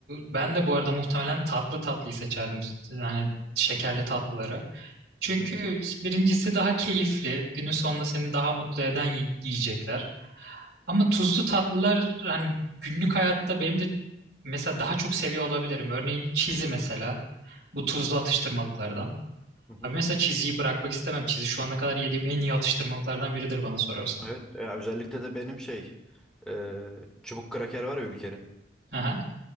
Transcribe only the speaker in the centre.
Hı hı.
Hı hı.
Evet ya özellikle de benim şey e, çubuk kraker var ya Ülker'in.